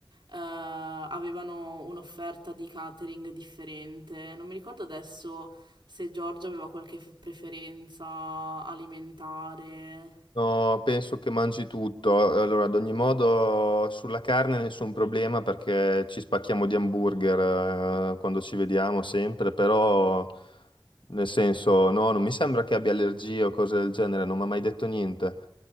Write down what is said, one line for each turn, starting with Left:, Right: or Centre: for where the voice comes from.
Right: eh, avevano un'offerta di catering differente. Non mi ricordo adesso se Giorgia aveva qualche f- preferenza alimentare.
Left: No, penso che mangi tutto. Allora, ad ogni modo, sulla carne nessun problema perché ci spacchiamo di hamburger eh, quando ci vediamo sempre, però nel senso, no, non mi sembra che abbia allergie o cose del genere, non mi ha mai detto niente.